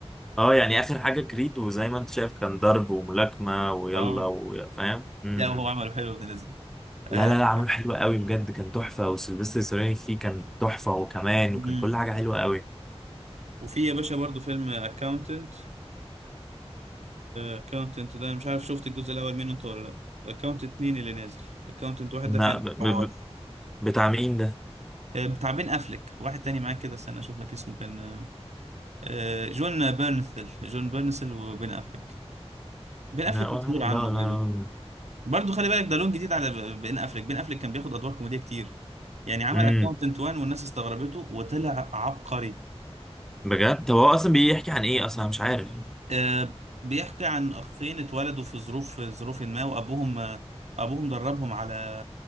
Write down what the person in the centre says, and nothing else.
اه يعني اخر حاجه كريد وزي ما انت شايف كان ضرب وملاكمه ويلا
وفاهم امم
لا لا لا عامل حلو قوي بجد كان تحفة وسيلفستر ستالوني فيه كان تحفة وكمان
وكان كل حاجة حلوة قوي
ما
ب... ب...
ب- بتاع مين ده؟
لا ولا
أعرف
ده ولا
أعرف
امم
بجد طب هو أصلا بيحكي عن إيه أصلا أنا مش عارف